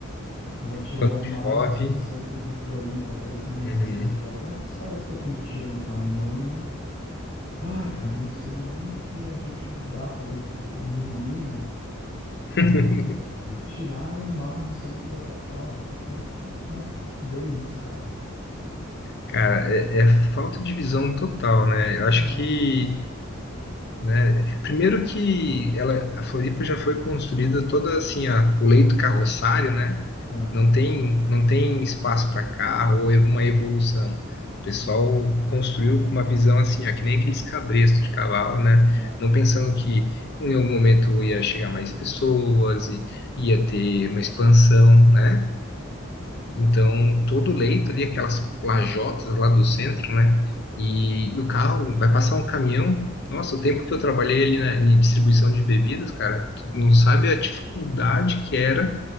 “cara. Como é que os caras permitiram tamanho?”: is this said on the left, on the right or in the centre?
Left